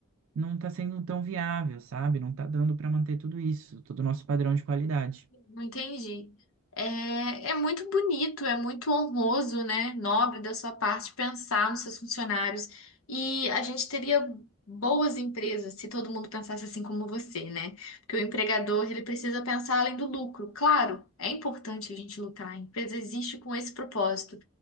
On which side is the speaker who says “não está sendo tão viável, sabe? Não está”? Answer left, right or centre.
Right